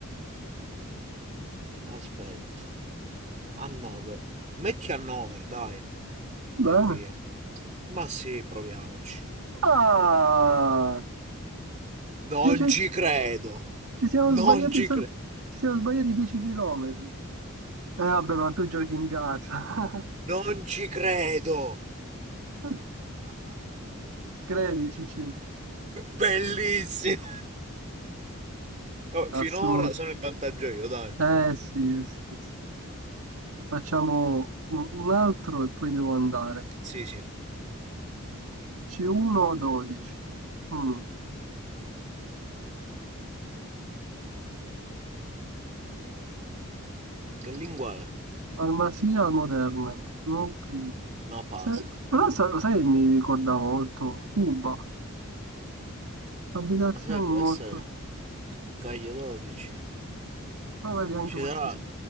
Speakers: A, on the right; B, on the right.
A: Aspetta. Hannover. Metti Hannover, dai.
B: Bene.
A: E via. Ma sì, proviamoci.
B: Ah,
A: Non
B: dieci-
A: ci credo.
B: ci siamo
A: Non
B: sbagliati
A: ci
B: solo,
A: credo.
B: ci siamo sbagliati 10 km. Eh vabbè, ma tu giochi in casa.
A: Non ci credo.
B: <laughs> Credici,
A: Bellissimo. Oh,
B: assurdo.
A: finora sono in vantaggio io, dai.
B: Eh sì, eh, sì. sì. Facciamo un un altro e poi devo andare.
A: Sì, sì.
B: C1 o 12? Mm.
A: Che lingua è?
B: Farmacia moderna. No, please.
A: No, pase.
B: Se- però sa- lo sai che mi ricordava molto Cuba. Abitazioni
A: Ma sai, può
B: molto...
A: essere Caglie 12.
B: Però vedi anche
A: Ci
B: questi
A: sarà
B: sì.